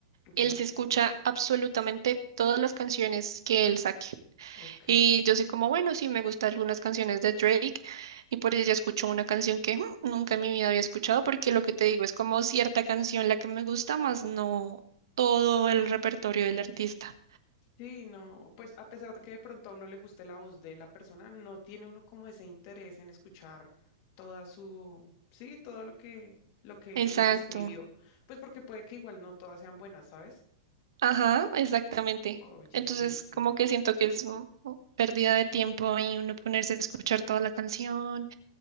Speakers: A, on the left; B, on the right.
A: Ok,
B: él se escucha absolutamente todas las canciones que él saque,
A: ok.
B: Y yo soy como, bueno, sí, me gustan algunas canciones de Drake y por ella escucho una canción que "Hmm, nunca en mi vida había escuchado porque lo que te digo es como cierta canción la que me gusta, más no todo el repertorio del artista.
A: Sí, no, pues a pesar de que de pronto a uno le guste la voz de la persona, no tiene uno como ese interés en escuchar toda su, sí, todo lo que, lo que,
B: Exacto.
A: lo que escribió. Pues porque puede que igual no todas sean buenas, ¿sabes?
B: Ajá, exactamente.
A: Oye,
B: Entonces,
A: sí, sí.
B: como que siento que es mm, oh, pérdida de tiempo y uno ponerse a escuchar toda la canción,